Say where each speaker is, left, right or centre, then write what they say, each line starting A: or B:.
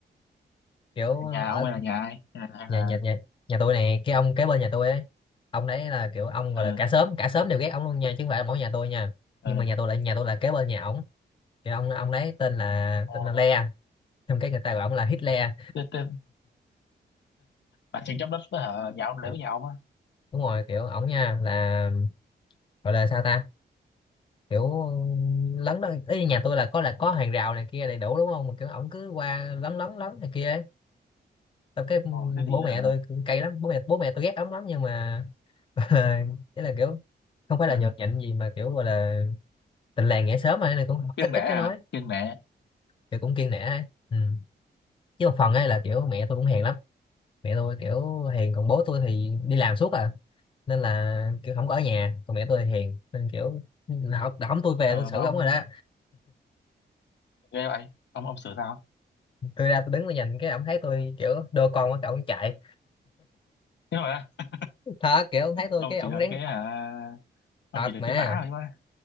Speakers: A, on the left; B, on the left.
A: kiểu
B: nhà
A: ở
B: ông hay là nhà ai hay là hay
A: nhà
B: là
A: nhà nhà nhà tôi này cái ông kế bên nhà tôi ấy ông đấy là kiểu ông
B: ờ
A: gọi là cả xóm cả xóm đều ghét ông luôn nha chứ không phải là mỗi nhà tôi nha
B: ờ
A: nhưng mà nhà tôi là nhà tôi là kế bên nhà ổng cái ông ông đấy tên là
B: ồ
A: tên là Le trong cái người ta gọi ông là Hitler
B: thế, thế, bà tranh chấp đất với hả nhà ông
A: Ờ,
B: để với nhà ông á
A: đúng rồi kiểu ổng nha là gọi là sao ta kiểu lấn đó ý nhà tôi là có là có hàng rào này kia đầy đủ đúng không mà kiểu ổng cứ qua lấn lấn lấn này kia ấy Tao cái
B: ồ thế thì
A: bố
B: hả
A: mẹ tôi cũng cay lắm bố mẹ bố mẹ tôi ghét ống lắm nhưng mà <laughs> thế là kiểu không phải
B: ờ
A: là nhột nhạnh gì mà kiểu gọi là tình làng nghĩa xóm mà này cũng
B: kiêng
A: ít ít
B: nể
A: cứ nói
B: hả kiêng nể
A: kiểu cũng kiêng nể ấy. Ừ. chứ một phần ấy là kiểu mẹ tôi cũng hiền lắm mẹ tôi kiểu hiền còn bố tôi thì đi làm suốt à nên là kiểu không có ở nhà còn mẹ tôi thì hiền nên kiểu học ổng tôi về
B: ờ
A: tôi xử
B: mà ông
A: ổng rồi đó
B: ghê vậy ông ông sửa sao
A: tôi ra tôi đứng tôi nhìn cái ổng thấy tôi kiểu đôi con quá cái ổng chạy
B: thế rồi á
A: thật kiểu ổng thấy tôi
B: ông
A: cái ổng
B: chỉ được
A: rén
B: cái
A: ờ,
B: hả ông
A: thật
B: chỉ được
A: mà
B: cái vả thôi mà